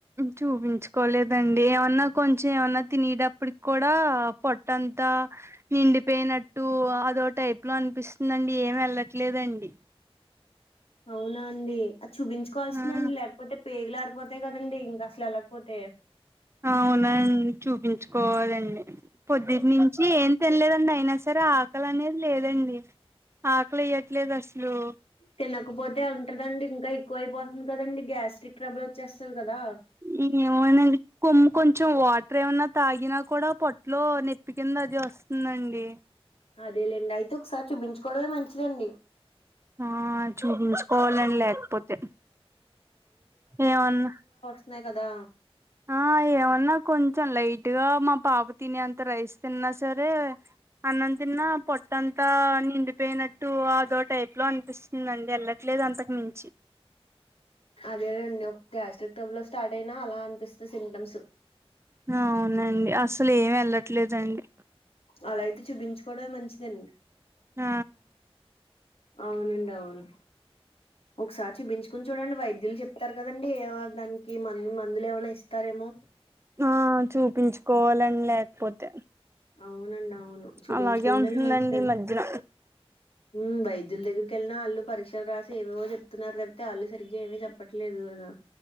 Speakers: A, on the right; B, on the left.
A: చూపించుకోలేదండి ఏమన్నా కొంచెం ఏమన్నా తినేటప్పటికి కూడా పొట్టంతా నిండిపోయినట్టు అదో టైప్ లో అనిపిస్తుందండి ఏం వెళ్లట్లేదండి
B: అవునా అండి అది చూపించుకోవాల్సిందండి
A: ఆ
B: లేకపోతే పేగులు ఆరిపోతాయ్ కదండి ఇంక అసలు వెళ్ళకపోతే
A: అవునా అండి చూపించుకోవాలండి పొద్దుట్ నుంచీ ఏం తినలేదండి అయినా సరే ఆ కలి అనేది లేదండి ఆకలి ఎయ్యట్లేదు అసలు
B: తినకపోతే ఉంటదండి ఇంకా ఎక్కువ అయిపోతుంది కదండి గ్యాస్ట్రిక్ ట్రబుల్ వచ్చేస్తుంది కదా
A: ఇ ఏమో నండి కొమ్ము కొంచెం వాటర్ ఏమన్నా తాగినా కూడా పొట్లో నొప్పి కింద అది వస్తుందండి
B: అదేలేండి అయితే ఒకసారి చూపించుకోవడమే మంచిదండి
A: ఆ చూపించుకోవాలని లేకపోతే ఏమన్నా
B: న్నయి కదా
A: ఆ ఏమన్న కొంచెం లైట్ గా మా పాప తి నె అంత రయిస్ తిన్నా సరే అన్నం తిన్న పొట్టంతా నిండిపోయినట్టు అదో టైప్ లో అనిపిస్తుంది ఇంగ అందే ఎళ్ళట్లేదు అంతకు మించి
B: అదేలె అండి ఒక గ్యాస్ట్రిక్ టబుల్ స్టార్ట్ అయినా అలా అనిపిస్తుంది సిమ్టమ్స్
A: అవునండి అసలు ఏమి వెళ్ళట్లేదు అండి
B: అలా అయితే చూపించుకోవడమే మంచిదండి
A: ఆ
B: అవునండి అవును ఒకసారి చూపించుకు చూడండి వైద్యులు చెప్తారు కదండీ దానికి మందు మందులు ఏమన్న ఇస్తారేమో
A: ఆ చూపించుకోవాలని లేకపోతే
B: అవునండి అవును చూపించుకోవడమె
A: అలాగే ఉంటుందండి
B: మంచి దండి
A: ఈ మధ్యన
B: ఊ వైద్యుల దగ్గరికి వెళ్ళినా వాళ్ళు పరీక్షలు రాసి ఏవేవో చెప్తున్నారు తప్పితే వాళ్ళు సరిగ్గా ఏమీ చెప్పట్లేదు కదా